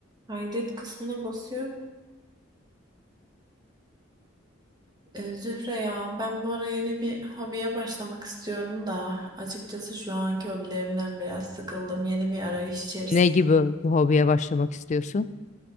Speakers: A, on the right; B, on the left.
A: Kaydet kısmına basıyorum. Ee, Zühre ya ben bu ara yeni bir hobiye başlamak istiyorum da açıkçası şu anki hobilerimden biraz sıkıldım. Yeni bir arayış içerisinde.
B: Ne gibi bir hobiye başlamak istiyorsun?